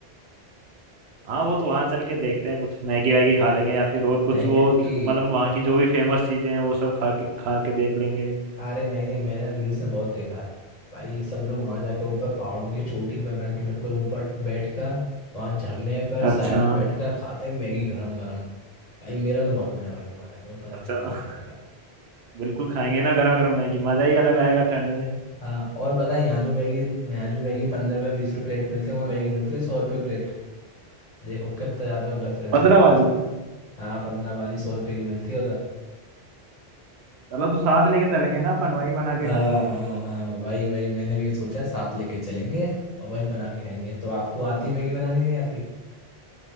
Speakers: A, on the right; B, on the left.
A: हाँ वो तो वहाँ चल के देखते हैं कुछ मैगी वैगी खा लेंगे या फिर और कुछ
B: नहीं
A: वो
B: क्योंकि
A: ज- मतलब वहाँ की जो भी फेमस चीजें हैं वो सब खा के खा के देख लेंगे
B: अरे नहीं नहीं मैंने रील्स में बहुत देखा है भाई सब लोग वहां जाके ऊपर पहाड़ों की चोटी पर बन के बिल्कुल ऊपर बैठ कर वहाँ झरने पर
A: अच्छा
B: साइड में बैठ कर खाते हैं मैगी गरम गरम भाई मेरा तो बहुत मन है भाई वहाँ जाके ऊपर जाके
A: अच्छा
B: मैगी खाने का
A: <laughs> बिल्कुल खाएंगे ना गरम गरम मैगी मजा ही अलग आएगा ठंड में
B: हाँ और बता यहाँ जो मैगी यहाँ जो मैगी पंद्रह रुपये बीस रुपये प्लेट मिलती है वहाँ मैगी मिलती है सौ रुपये प्लेट देखो कितना ज़्यादा डिफरेंस
A: पंद्रह
B: है वहाँ
A: वाली
B: पर हाँ पंद्रह वाली सौ रुपये की मिलती है उधर
A: चलो तो साथ लेके चलेंगे ना अपन वहीं बना के
B: हाँ
A: खाएंगे फिर
B: हाँ हाँ वही वही मैंने भी ये सोचा साथ लेके चलेंगे और वही बना के खाएंगे तो आपको आती
A: हाँ
B: मैगी बनानी नहीं आती